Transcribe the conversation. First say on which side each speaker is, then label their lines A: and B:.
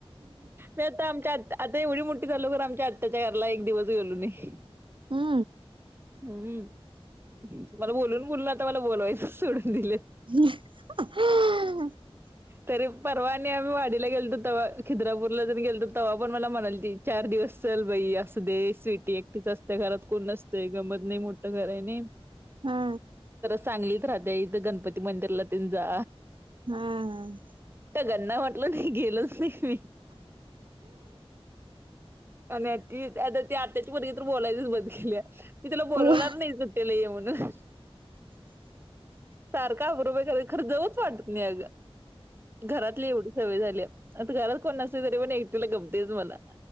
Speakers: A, on the right; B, on the right.
A: म आता आमच्या आ आता एवढी मोठी झालकर आमच्या आत त्याच्या घरला एक दिवस गेलो नाही.
B: हा.
A: हम्म तु मला बोलून बोलल आता मला बोलवायचंच सोडून दिले.
B: <inaudible>
A: तरी परवा आणि आम्ही वाडीला गेलतो तेव खिद्रापूरला जण गेलतो तेव्हा पण मला म्हणालती चार दिवस चल बाय असं. ध स्विटी एकटीच असत्या घरात कोण नसतंय गमत नाही मोठं घर आहे नाही.
B: हा.
A: सांगलीतच राहते इथं गणपती मंदिरला तीन जा.
B: हा हम.
A: गन्ना म्हटलं नाही गेलोच नाही. मी आणि ती आता त्या त्याची मुलगी पण बोलायची बंद केल्या. की तुला बोलवणार
B: होय.
A: नाही सुट्टीला ये म्हणून. सारखा बरोबर ख खर जाऊच वाटत नाही अगं. घरातली एवढी सवय झाल्या. आता घरात कोण नसली तरी पण एकटीला गमतेच मला.